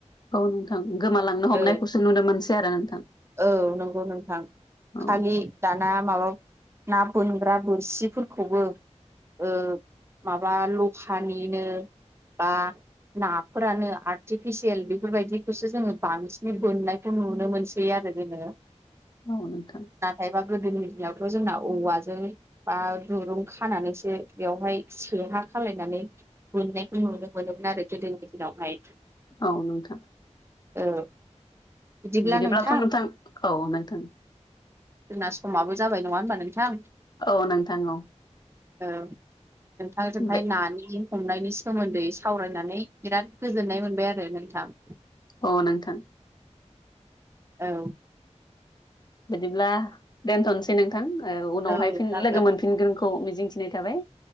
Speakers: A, on the left (about 35°); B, on the right (about 20°).
A: औ नोंथां गोमालांनो हमनायखौसो
B: औ
A: नुनो मोनसै आरो नोंथां
B: औ नंगौ नोंथां
A: औ
B: खालि दाना माबा ना बोनग्रा बोरसिफोरखौबो ओ माबा लखानिनो बा नाफोरानो आर्टिफिसियेल बेफोरबायदिखौसो जोङो बांसिनै बोननायखौ नुनो मोनसै आरो जोङो
A: अ नोंथां
B: नाथायबा गोदोनि दिनावथ' जोंना औवाजों बा दुरुं खानानैसो बेवहाय से हा खालायनानै बोननायखौ नुनो मोनोमोन आरो गोदोनि दिनावहाय
A: औ नोंथां
B: औ बिदिब्ला
A: बिदिब्लाथ'
B: नोंथां
A: नोंथां औ नोंथां
B: जोंना समाबो जाबाय नङा होनबा नोंथां
A: औ नोंथां औ
B: औ नोंथांजोंहाय
A: बे
B: नानि बिदि हमनायनि सोमोन्दै सावरायनानै बिराद गोजोननाय मोनबाय आरो नोंथां
A: अ नोंथां
B: औ
A: बिदिब्ला दोनथ'नोसै नोंथां ओ उनावहाय
B: औ
A: फिन
B: जागोन
A: लोगो मोनफिनगोन खौ मिजिंथिनाय थाबाय